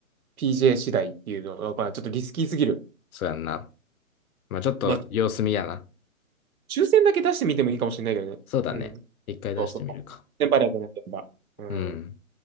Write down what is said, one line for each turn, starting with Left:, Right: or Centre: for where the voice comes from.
Right: PJ 次第っていうのがわからない、まちょっとリスキーすぎる。
Left: そうやんな。まあちょっと様子見やな。
Right: まあ、抽選だけ出してみてもいいかもしれないけどね。
Left: そうだね。
Right: うん。
Left: 一回出してみるか。
Right: そうそう。先輩だとね、先輩。うん。
Left: うん。